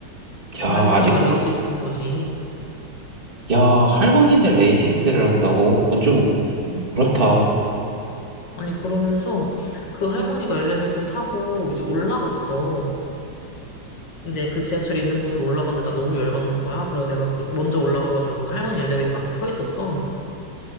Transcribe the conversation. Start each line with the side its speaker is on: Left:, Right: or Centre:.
Left: 그
Right: 야,
Left: 할머니가
Right: 아직도
Left: 레이시스트인
Right: 그,
Left: 거지.
Right: 야, 할머니인데 레이시스트를 한다고? 그건 좀
Left: 그러니까.
Right: 그렇다.
Left: 아니, 그러면서 그 할머니가 엘리베이터 타고 이제 올라갔어. 이제 그 지하철이 있는 곳으로 올라갔는데 나 너무 열받는 거야. 그래서 내가 그 먼저 올라가가지고 그 할머니 엘리베이터 앞에 서 있었어.